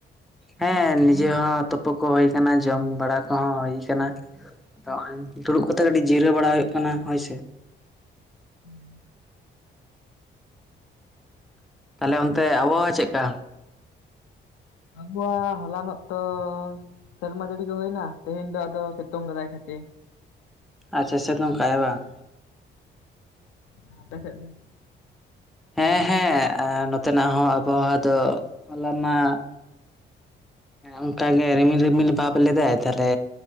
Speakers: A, in the centre; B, on the left.
A: ᱦᱮᱸ ᱱᱤᱡᱮ ᱦᱚᱸ ᱛᱩᱯᱩ ᱠᱚ ᱦᱩᱭ ᱟᱠᱟᱱᱟ᱾ ᱡᱚᱢ ᱵᱟᱲᱟ ᱠᱚᱦᱚᱸ ᱦᱩᱭ ᱟᱠᱟᱱᱟ᱾ ᱛᱚ ᱦᱚᱭ ᱫᱩᱲᱩᱵ ᱠᱟᱛᱮ ᱠᱟᱹᱴᱤᱡ ᱡᱤᱨᱟᱹᱣ ᱵᱟᱲᱟ ᱦᱩᱭᱩᱜ ᱠᱟᱱᱟ ᱦᱚᱭᱥᱮ᱾
B: <inaudible>
A: ᱛᱟᱦᱞᱮ ᱚᱱᱛᱮ ᱟᱵᱚᱣᱟᱜ ᱪᱮᱫᱠᱟ?
B: ᱟᱵᱚᱣᱟᱜ ᱦᱚᱞᱟᱱᱚᱜ ᱛᱚ ᱥᱮᱨᱢᱟ ᱡᱟᱹᱲᱤ ᱜᱮ ᱦᱩᱭᱱᱟ ᱛᱮᱦᱮᱧ ᱫᱚ ᱟᱫᱚ ᱥᱤᱛᱩᱝ ᱠᱟᱫᱟᱭ ᱠᱟ. ᱴᱤᱡ᱾
A: ᱟᱪᱪᱷᱟ ᱥᱮᱛᱩᱝ ᱟᱠᱟᱜ ᱟᱭ ᱵᱟᱝ᱾
B: ᱦᱮᱸ ᱟᱯᱮ ᱥᱮᱫ ᱫᱚ?
A: ᱦᱮᱸᱻ ᱦᱮᱸᱻ ᱮ ᱱᱚᱛᱮᱱᱟᱜ ᱦᱚᱸ ᱟᱵᱚᱣᱟᱜ ᱫᱚ ᱦᱚᱞᱟ ᱢᱟ ᱚᱱᱠᱟᱜᱮ ᱨᱤᱢᱤᱞ ᱨᱤᱢᱤᱞ ᱵᱷᱟᱯ ᱞᱮᱫᱟᱭ ᱛᱟᱦᱞᱮ